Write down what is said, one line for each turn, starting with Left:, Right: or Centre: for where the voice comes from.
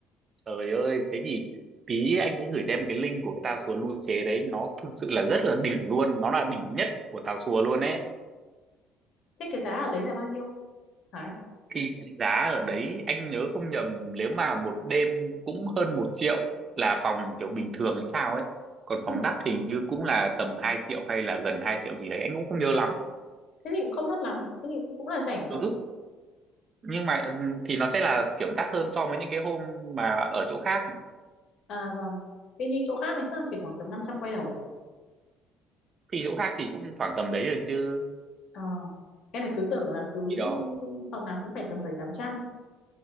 Right: trời ơi thế thì tí anh sẽ gửi cho em cái link của cái tà xùa lưu chế đấy nó thực sự là rất là đỉnh luôn nó là đỉnh nhất của tà xùa luôn ấy
Left: thế cái giá ở đấy là bao nhiêu Hải
Right: khi cái giá ở đấy anh nhớ không nhầm nếu mà một đêm cũng hơn một triệu là phòng kiểu bình thường hay sao ấy còn
Left: ừ.
Right: phòng đắt hình như cũng là tầm 2 triệu hay là gần 2 triệu gì đấy anh cũng không nhớ lắm
Left: thế thì cũng không đắt lắm thế thì cũng là rẻ đấy
Right: ừ nhưng mà ừm, thì nó sẽ là kiểu đắt hơn so với những cái hôm mà ở chỗ khác
Left: À vâng. Thế những chỗ khác này chắc là chỉ khoảng tầm 500 quay đầu à?
Right: thì chỗ khác thì cũng khoảng tầm đấy rồi chứ
Left: Ờ. Em lại cứ tưởng là cứ
Right: thì đó
Left: phòng nào cũng phải tầm 7 800.